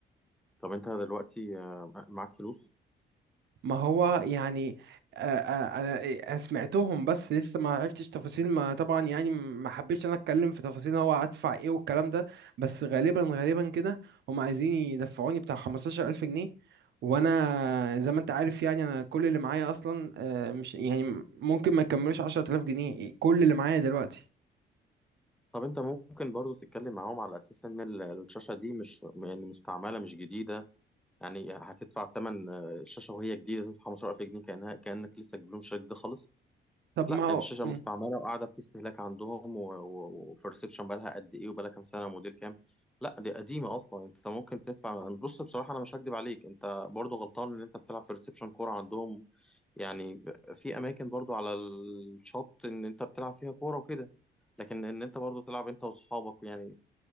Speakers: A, in the centre; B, on the right (about 60°).
A: طب انت دلوقتي آه، معاك فلوس
B: ما هو يعني آه، آه، انا أنا سمعتهم بس لسه ما عرفتش تفاصيل ما طبعا يعني ما حبيتش انا اتكلم في تفاصيل هو هدفع ايه والكلام ده بس غالبا غالبا كده هم عايزين يدفعوني بتاع 15000 جنيه وانا زي ما انت عارف يعني انا كل اللي معايا اصلا آه، مش يعني ممكن ما يكملوش 10000 جنيه كل اللي معايا دلوقتي
A: طب انت ممكن برضو تتكلم معاهم على اساس ان ال- الشاشه دي مش يعني مستعمله مش جديده يعني هتدفع ثمن الشاشه وهي جديده تدفع 15000 جنيه كانها كانك لسه جبت لهم الشاشه دي خالص
B: طب
A: لا
B: ما
A: يعني الشاشه مستعمله
B: هو
A: وقاعده في استهلاك عندهم وبرسبشن بقى لها قد ايه وبقى لها كام سنه موديل كام لا دي قديمه اصلا انت ممكن تدفع بص بصراحه انا مش هكدب عليك انت برضو غلطان ان انت بتلعب في ريسبشن كوره عندهم يعني في اماكن برضو على الشط ان انت بتلعب فيها كوره وكده لكن ان انت برضو تلعب انت واصحابك يعني